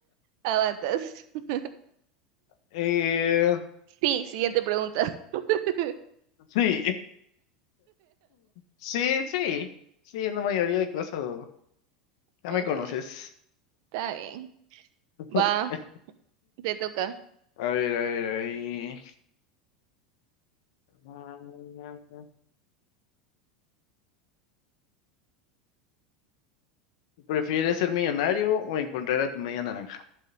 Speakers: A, on the right (about 60°); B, on the left (about 65°).
A: Aguantas. <laughs>
B: Eh,
A: Sí, siguiente pregunta. <laughs>
B: sí, sí, sí. Sí, en la mayoría de cosas, ¿no? Ya
A: Ok,
B: me conoces.
A: está bien.
B: <laughs>
A: Va, te toca.
B: A ver, a ver, a ver. ¿Prefieres ser millonario o encontrar a tu media naranja?